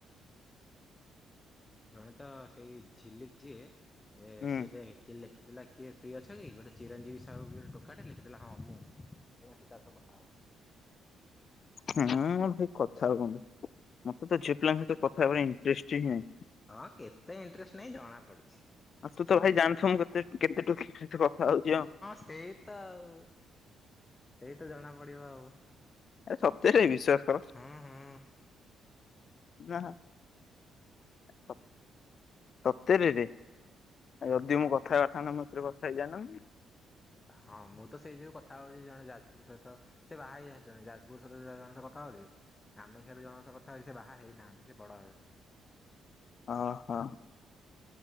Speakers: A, on the left (about 25°); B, on the left (about 55°).
A: ଜଣେ ତ ସେଇ ଝିଲିକ ଯିଏ ଏ
B: ହୁଁ
A: ସିଏ ଦେଇ <unintelligible> ଖିଥିଲା କିଏ ଫ୍ରି ଅଛ କି ଗୋଟେ ଚିରଞ୍ଜବୀ ସାହୁ କିଏ ଗୋଟେ ଟୋକା ଟେ ଲେଖିଥିଲା ହଁ ମୁଁ ଏଇନା ସୀତା ସହ କଥା ହବ
B: ହୁଁ ସେ କଥା କୁହନ୍ତୁ ମତେ ତ ଝିଅ ପିଲାଙ୍କ ସହିତ କଥା ହେବର୍ ଇଣ୍ଟଟେଷ୍ଟ ହିଁ ନାହିଁ।
A: ହଁ କେତେ ଇଣ୍ଟରେଷ୍ଟ ନହିଁ ଜଣା ପଡୁଛି।
B: ଆଉ ତୁ ତ ଭାଇ ଜାଣିଥୁବୁ ମୁଁ କେତେ କେତେ ଟୋକିଙ୍କ ସହିତ କଥା ହଉଛି ହଁ।
A: ସେଇ ତ ଆଉ ସେଇ ତ ଜଣା ପଡିବ ଆଉ।
B: ସତରେ ବିଶ୍ୱାସ କର
A: ହୁଁ ହୁଁ
B: <inaudible> <inaudible> ସତରୀରେ ଯଦି ମୁଁ କଥା କଥା ନା ମତରେ କଥା ହେଇ ଜାଣନ
A: ହଁ ମୁଁ ତ ସେଇ ଯୋଗୁ କଥା ହଉଛି ଜଣେ ଯାଜପୁର ସ ତ ସେ ବାହା ହୋଇଯାଇଛନ୍ତି ଯା ଯାଜପୁର <unintelligible> ଜଣଙ୍କ ସହ କଥା ହଉଛି କାମାକ୍ଷା ରୁ ଜଣଙ୍କ ସହ କଥା ହଉଛି ସିଏ ବାହା ହେଇନାହାନ୍ତି ସିଏ ବଡ ହେବେ।
B: ଅ ହ।